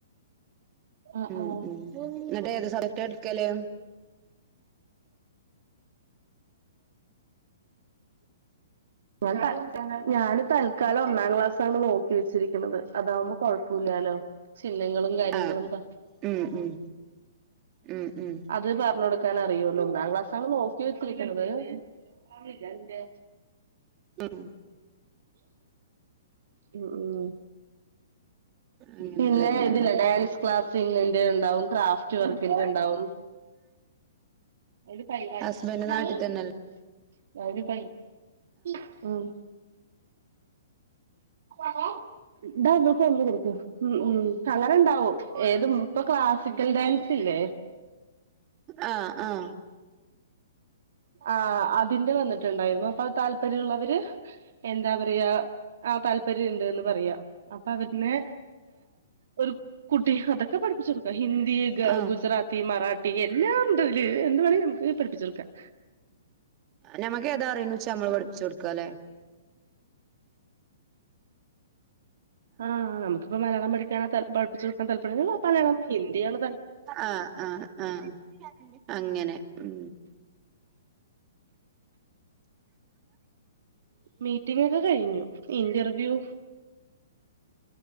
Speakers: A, on the right; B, on the right.
A: ആഹ്
B: ഉം
A: ആഹ്
B: ഉം എന്നിട്ട് ഏത് സ ട്ടാടുക്കല്
A: ഞാൻ തത്കാലം ഞാന് തൽക്കാലം ഒന്നാം ക്ലാസ്സാണ് നോക് ക്യേച്ചിരിക്കുന്നത്. അതാവുമ്പോ കൊഴപ്പൂല്ലാലോ. ചിഹ്നങ്ങളും കാര്യങ്ങളും
B: ആഹ്
A: പ
B: ഉം ഉം ഉം ഉം
A: അത് പറഞ്ഞൊടുക്കാനറിയൊള്ളൂ. ഒന്നാം ക്ലാസ് ആണ് നോക്കി വെച്ചിരിക്കുന്നത്. അവിടില്ലേ അന്റെ
B: ഉം
A: ഉം ഉം
B: അങ്ങനെല്ലേ
A: പിന്നെ ഇതില്ലേ ഡാൻസ് ക്ലാസിൻന്റെണ്ടാവും ക്രാഫ്റ്റ് വർക്കിന്റെണ്ടാവും <unintelligible>
B: ഹസ്ബൻഡ് നാട്ടിൽ തന്നെല്ലേ
A: <unintelligible> ഉം <unintelligible> ഉം ഉം ണ്ടാവും
B: ആഹ്
A: ഏതും ഇപ്പ ക്ലാസിക്കൽ ഡാൻസ് ഇല്ലേ?
B: ആഹ ആഹ
A: ആഹ അതിന്റെ വന്നിട്ടുണ്ടായിരുന്നു അപ്പൊ അത് താല്പര്യമുള്ളവര് എന്താ പറയാ ആ താല്പര്യണ്ട്ന്ന് പറയാ അപ്പൊ അവരനെ ഒരു കുട്ടി അതൊക്കെ പഠിപ്പിച്ചു കൊടുക്കാം ഹിന്ദി
B: ആഹ്
A: ഗുജറാത്തി ത്തി മറാട്ടി എല്ലാം ഉണ്ടതില് എ വേണെങ്ക നമുക്ക് പഠിപ്പിച്ച് കൊടുക്കാം
B: ഞമ്മക്ക് ഏതാ അറിയുന്നു ച്ച ഞമ്മൾ പഠിപ്പിച്ചു കൊടുക്ക ല്ലേ
A: ആഹ് നമുക്കിപ്പോ മലയാളം പഠിക്കാനോ ത പഠിപ്പിച്ച കൊടുക്കാൻ താല്പര്യ മലയാളം ഹിന്ദിണ
B: ആഹ ആഹ ആഹ അങ്ങനെ ഉ
A: മീറ്റിംഗ് ഒക്കെ കഴിഞ്ഞു ഇന്റർവ്യൂ.